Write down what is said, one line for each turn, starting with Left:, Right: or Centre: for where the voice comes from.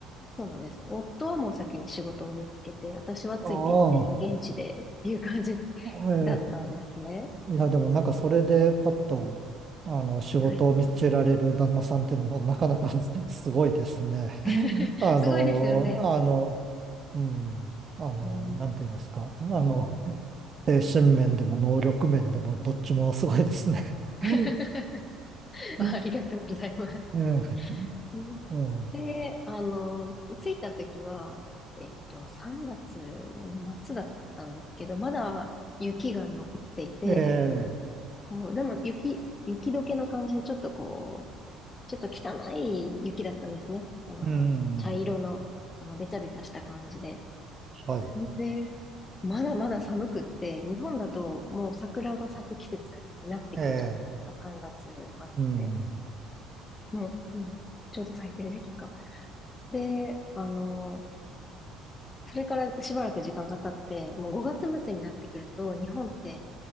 Left: そうなんです。夫はもう先に仕事を見つけて、私はついていって、
Right: ああ。
Left: 現地でっていう感じ <laughs>
Right: えー
Left: だったんですね。
Right: いや、でもなんかそれでパッと、あの、仕事を見つけられる旦那さんっていうのもなかなか
Left: はい。
Right: <laughs> すごいですね。<laughs>
Left: <laughs>
Right: あの、
Left: すごいですよね。
Right: あの、うん。あの、
Left: うん
Right: なんて言いますか。あの、精神面でも能力面でもどっちもすごいですね。はい
Left: <laughs>
Right: う
Left: ありがとうございます。
Right: ん
Left: うん
Right: <laughs>
Left: で、あの、着いた時は、えっと、3月の末だったんですけど、まだ雪が残っていて、
Right: うん、ええ、
Left: こう、でも雪、雪解けの感じでちょっとこう、ちょっと汚い雪だったんですね。あの、
Right: うん、
Left: 茶色の、あの、べちゃべちゃした感じで。
Right: はい、
Left: で、まだまだ寒くって、日本だともう桜が咲く季節になってくるじゃないですか、
Right: ええ、
Left: 3月末って。
Right: うん、
Left: もう、うん、ちょうど咲いてる時期か。で、あのそれからしばらく時間が経って、もう5月末になってくると、日本って